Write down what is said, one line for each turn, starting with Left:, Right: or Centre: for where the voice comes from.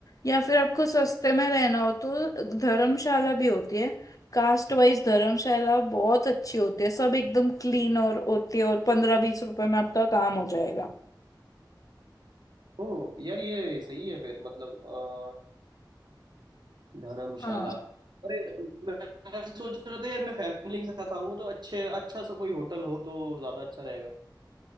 Left: या फिर आपको सस्ते में रहना हो तो धर्मशाला भी होती है कास्ट वाइज धर्मशाला बहुत अच्छी होती है सब एकदम क्लीन और होती है और पंद्रह बीस रुपए में आपका काम हो जाएगा
Right: ओ यार ये सही है फिर मतलब अ, धर्मशाला
Left: हाँ
Right: अरे मैं मैं सोच रहा था यार मैं फैमिली के साथ आऊंगा तो अच्छे अच्छा सा कोई होटल हो तो ज्यादा अच्छा रहेगा